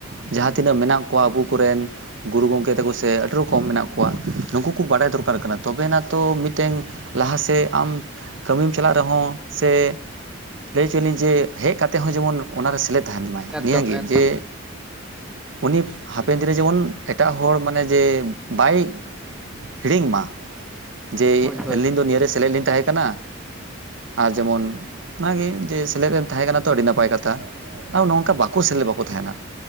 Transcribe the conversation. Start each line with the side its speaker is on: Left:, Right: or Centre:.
Right: ᱡᱟᱦᱟᱸ ᱛᱤᱱᱟᱹᱜ ᱢᱮᱱᱟᱜ ᱠᱚᱣᱟ ᱟᱵᱩ ᱠᱚᱨᱮᱱ ᱜᱩᱨᱩ ᱜᱚᱝᱠᱮ ᱛᱟᱠᱩ ᱥᱮ ᱟᱹᱰᱤ ᱨᱚᱠᱚᱢ ᱢᱮᱱᱟᱜ ᱠᱚᱣᱟ, ᱱᱩᱠᱩ ᱠᱚ ᱵᱟᱰᱟᱭ ᱫᱚᱨᱠᱟᱨ ᱠᱟᱱᱟ ᱛᱚᱵᱮ ᱟᱱᱟᱜ ᱛᱚ ᱢᱤᱫᱴᱮᱱ ᱞᱟᱦᱟᱥᱮᱫ ᱟᱢ ᱠᱟᱹᱢᱤᱢ ᱪᱟᱞᱟᱜ ᱨᱮᱦᱚᱸ ᱥᱮ ᱞᱟᱹᱭ ᱦᱚᱪᱚᱭᱟᱞᱤᱧ ᱡᱮ ᱦᱮᱜ ᱠᱟᱛᱮ ᱦᱚᱸ ᱡᱮᱢᱚᱱ ᱚᱱᱟ ᱨᱮ ᱥᱮᱞᱮ ᱛᱟᱦᱮᱱ ᱢᱟᱭ,
Centre: ᱮᱠᱫᱚᱢ
Right: ᱱᱤᱭᱟᱹᱜᱮ
Centre: ᱮᱠᱫᱚᱢ
Right: ᱡᱮ ᱩᱱᱤ ᱦᱟᱯᱮᱱ ᱫᱤᱱ ᱨᱮ ᱡᱮᱢᱚᱱ ᱮᱴᱟᱜ ᱦᱚᱲ ᱢᱟᱱᱮ ᱡᱮ ᱵᱟᱭ ᱦᱤᱲᱤᱧ ᱢᱟ ᱡᱮ
Centre: ᱦᱳᱭ ᱦᱳᱭ
Right: ᱟᱹᱞᱤᱧ ᱫᱚ ᱱᱤᱭᱟᱹᱨᱮ
Centre: ᱮᱠᱫᱚᱢ
Right: ᱥᱮᱞᱮᱫ ᱞᱤᱧ ᱛᱟᱦᱮᱸ ᱠᱟᱱᱟ᱾ ᱟ ᱡᱮᱢᱚᱱ ᱚᱱᱟᱜᱮ ᱡᱮ ᱥᱮᱞᱮᱫ ᱮᱢ ᱛᱟᱦᱮᱸ ᱠᱟᱱᱟ ᱛᱚ ᱟᱰᱤ ᱱᱟᱯᱟᱭ ᱠᱟᱛᱟ᱾ ᱟ ᱱᱚᱝᱠᱟ ᱵᱟᱠᱚ ᱥᱮᱞᱮᱫ, ᱵᱟᱠᱚ ᱛᱟᱦᱮᱱᱟ